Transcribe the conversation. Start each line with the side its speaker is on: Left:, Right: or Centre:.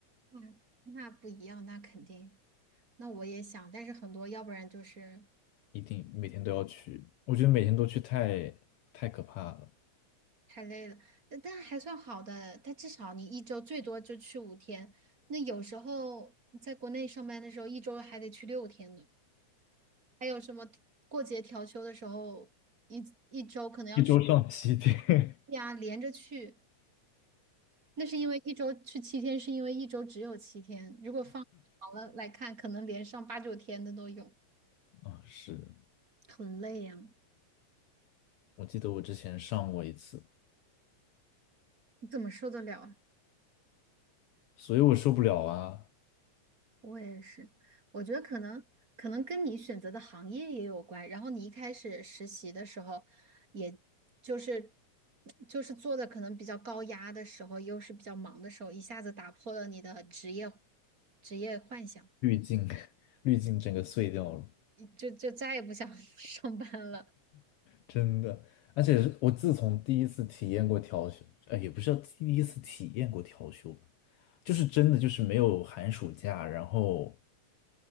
Right: 嗯，那不一样，那肯定。那我也想，但是很多要不然就是
Left: 一定每天都要去。我觉得每天都去太太可怕了，
Right: 太累了，呃但还算好的。但至少你一周最多就去五天，那有时候在国内上班的时候，一周还得去六天呢。还有什么过节调休的时候，一一周可能要去
Left: 一周上七天。
Right: 呀，连着去。那是因为一周去七天，是因为一周只有七天。如果放长了来看，可能连上八九天的都有，
Left: <laughs> 啊，是，
Right: 很累呀、
Left: 我记得我之前上过一次。
Right: 你怎么受得了？啊？
Left: 所以我受不了啊，
Right: 我也是，我觉得可能可能跟你选择的行业也有关。然后你一开始实习的时候，也就是就是做的可能比较高压的时候，又是比较忙的时候，一下子打破了你的职业职业幻想，
Left: 滤镜，<laughs> 滤镜整个碎掉了，
Right: 你就就再也不想 <laughs> 上班了。
Left: 真的。而且是我自从第一次体验过调休，哎，也不是第一次体验过调休吧，就是真的就是没有寒暑假，然后